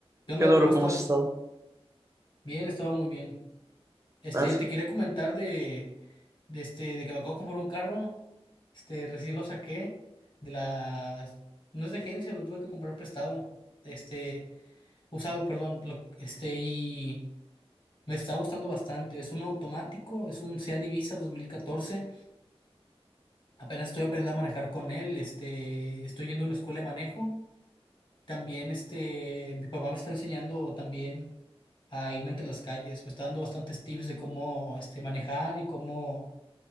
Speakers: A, on the left (about 50°); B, on the right (about 30°).
A: ¿Qué onda?
B: ¿Qué onda,
A: ¿Cómo
B: bro? ¿Cómo
A: estás?
B: has estado?
A: Bien, he estado muy bien. Este,
B: Ah, sí.
A: te quería comentar de, de este, de que me acabo de comprar un carro. Este, recién lo saqué de las, no es de agencia, lo tuve que comprar prestado. Este, usado, perdón. Lo- este, y me está gustando bastante. Es un automático, es un Seat Ibiza 2014. Apenas estoy aprendiendo a manejar con él. Este, estoy yendo a una escuela de manejo También este, mi papá me está enseñando también a irme entre las calles. Me está dando bastantes tips de cómo este, manejar y cómo